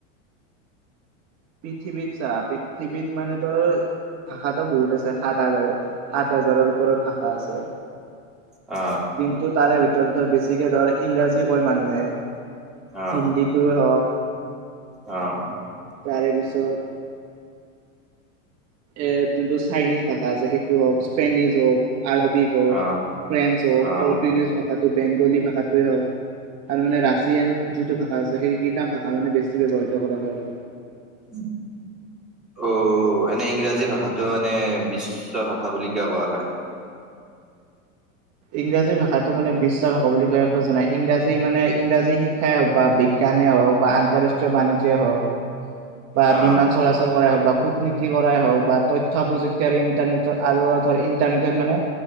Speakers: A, on the right; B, in the centre.
A: পৃথিৱীত ছা পৃথিৱীত মানে <inaudible> ভাষাতো বহুত আছে সাত হাজাৰ সাত হাজাৰৰ ওপৰত ভাষা আছে।
B: আ।
A: কিন্তু তাৰে ভিতৰত বেছিকৈ ধৰ ইংৰাজী কৈ মানুহে।
B: আহ
A: হিন্দীটোৱে হওক।
B: আহ
A: তাৰে পিছত এ যোনটো চাইনিজ ভাষা আছে, সেইটো হওক, স্পেনিছ হওক, আৰবিক হওক,
B: আহ
A: ফ্ৰেঞ্চ হওক,
B: আহ
A: পৰ্টুগিজ ভাষাটো, বেংগলী ভাষাটোৱে হওক আৰু মানে ৰাছিয়ান যিটো ভাষা আছে, সেইকেইটা ভাষা মানে বেছি ব্যৱহৃত কৰা হয় আৰু।
B: উম। অ' এনে ইংৰাজী ভাষাটো মানে বিশ্ব ভাষা বুলি কিয় কোৱা হয়?
A: ইংৰাজী ভাষাটো মানে বিশ্ব ভাষা বুলি কয় জানা, ইংৰাজী মানে ইংৰাজী শিক্ষাই হওক বা বি বিজ্ঞানই হওক বা আন্তঃৰাষ্ট্ৰীয় বাণিজ্যই হওক বা
B: অ'
A: বিমান চলাচল কৰাই হওক বা কূট কূট-নীতি কৰাই হওক বা তথ্য প্ৰযুক্তি আৰু ইন্টাৰনেট আৰু ধৰ ইন্টাৰনেটত মানে